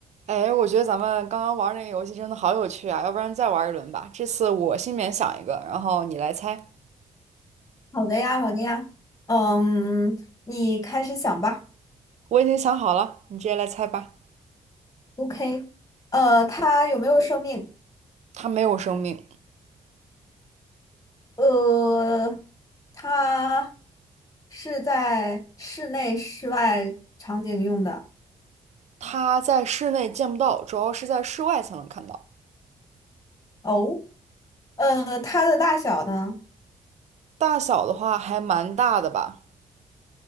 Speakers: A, on the right; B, on the left.
A: 哎，我觉得咱们刚刚玩儿那个游戏真的好有趣啊，要不然再玩一轮吧。这次我心里面想一个，然后你来猜。
B: 好的呀，好的呀，嗯，你开始想吧。
A: 我已经想好了，你直接来猜吧。
B: OK，呃，它有没有生命？
A: 它没有生命，
B: 呃，它是在室内、室外场景用的。
A: 它在室内见不到，主要是在室外才能看到。
B: 哦，呃，它的大小呢
A: 大小的话还蛮大的吧，